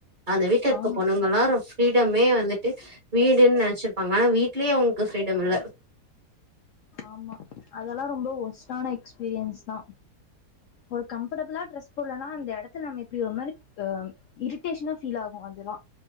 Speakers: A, on the right; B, on the left.
A: அந்த வீட்ல இருக்க
B: ஆம்
A: பொண்ணுங்கல்லா ஃப்ரீடமே வந்துட்டு வீடுன் நெனைச்சிரு ஆனா வீட்லியே அவுங்க்கு ஃப்ரீடம் இல்ல
B: ஆமா அதெல்லா ரொம்ப ஒஸ்ட்டான எக்ஸ்பீரியன்ஸ் தா ஒரு கம்ஃபடபுளா ட்ரெஸ் போட்லனா அந்த எடத்தல நம்ம இப்டி ஒரு மாரி அ இரிட்டேஷ்னா ஃபீல் ஆகு அதுல்லா